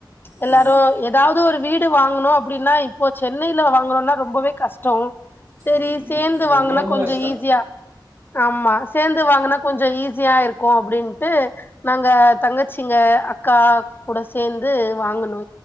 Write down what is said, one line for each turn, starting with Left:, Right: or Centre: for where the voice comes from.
Left: எல்லாரு
Right: ஆ
Left: எத் தாவ்து ஒரு வீடு வாங்கணு அப்டினா இப்போ சென்னைல வாங்கனுனா ரொம்பவே கஷ்டோ
Right: சொல்லு
Left: சேரி சேந்து
Right: ரொம்ப
Left: வாங்குனா
Right: ரொம்ப
Left: கொஞ்ச
Right: கஷ்டோ
Left: ஈஸியா ஆமா சேந்து வாங்குனா கொஞ்ச ஈஸியா இருக்கு அப்டின்ட்டு நாங்க தங்கச்சிங்க அக்கா கூட சேந்து வாங்குனோ